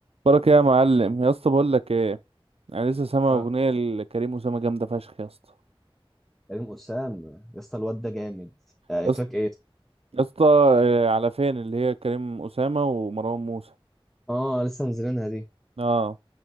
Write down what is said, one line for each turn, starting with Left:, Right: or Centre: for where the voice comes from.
Right: بركة يا معلم يا اسطى بقول لك ايه انا لسه سامع
Centre: اه
Right: اغنيه لكريم اسامه جامده فشخ يا اسطى
Centre: كريم أسام يا اسطى الواد ده جامد آه
Right: يا اسطى
Centre: تراك ايه
Right: يا اسطى آه، على فين اللي هي كريم اسامه ومروان موسى
Centre: اه لسه منزلينها دي يا
Right: اه